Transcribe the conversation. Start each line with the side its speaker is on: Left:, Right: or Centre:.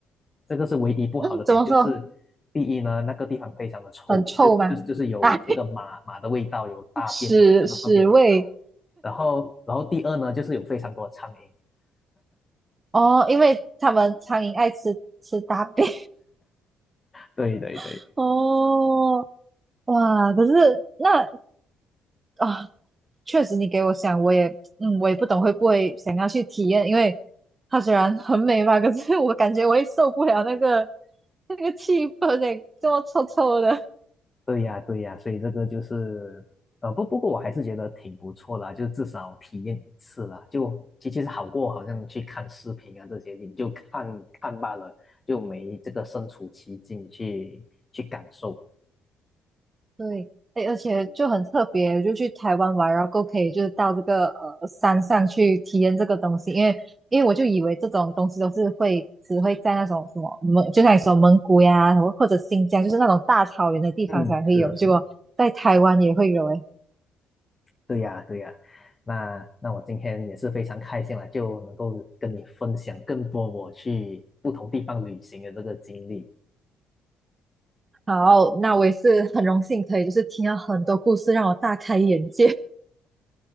Left: 这个是唯一不好的点，
Right: 嗯怎么说？
Left: 就是第一呢，那个地方非常的臭，
Right: 很臭吗？
Left: 就是就是就是有这个马马的味道，
Right: 啊，
Left: 有大便的那个粪便的味道。
Right: <laughs> 屎屎味。
Left: 然后然后第二呢，就是有非常多的苍蝇。
Right: 哦，因为他们苍蝇爱吃吃大便。
Left: 对对对。
Right: <laughs> 哦，哇，可是那啊，确实你给我想，我也嗯，我也不懂会不会想要去体验，因为它虽然很美吧，可是我感觉我也受不了那个那个气氛诶，这么臭臭的。
Left: 对呀，对呀，所以这个就是，呃，不，不过我还是觉得挺不错啦，就至少体验一次啦，就其其实好过好像去看视频啊这些，你就看看罢了，就没这个身处其境去去感受。
Right: 对，哎，而且就很特别，就去台湾玩，然后够可以就是到这个呃山上去体验这个东西，因为因为我就以为这种东西都是会只会在那种什么蒙，就像你说蒙古呀，或或者新疆，就是那种大草原的地方才会有，
Left: 嗯，是的，是的。
Right: 结果在台湾也会有哎。
Left: 对呀，对呀，那那我今天也是非常开心啦，就能够跟你分享更多我去不同地方旅行的这个经历。
Right: 好，那我也是很荣幸可以就是听到很多故事，让我大开眼界。